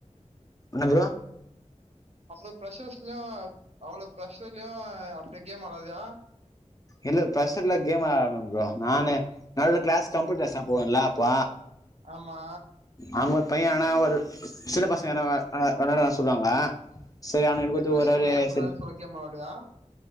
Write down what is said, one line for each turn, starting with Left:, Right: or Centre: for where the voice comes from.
Left: என்ன ப்ரோ
Right: அவ்ளோ ப்ரஷர்ஸ்லியு அவ்ளோ ப்ஷர்லியு அப்டியே கேம் வெளாட்ரியா
Left: இல்ல ப்ரரெஷர்ல கேம் வெளாட்லமா ப்ரோ நானே நடுல க்ளாஸ் கம்யூட்டர் க்ளால் நா போவேல்லா அப்போ
Right: ஆமா
Left: அங்க ஒரு பையே என்னன்னா ஒரு சின்ன பசங்கனா வெ வெள வெளாட வேர சொல்லுவாங்க சேரி அகுன்ன எனக்கொருத்தர்
Right: டிப்ரெஷன்ல
Left: வராரு
Right: எப்படினாலும்
Left: சேரி ஒரு
Right: சொல்ல கேம் விளாடுவியா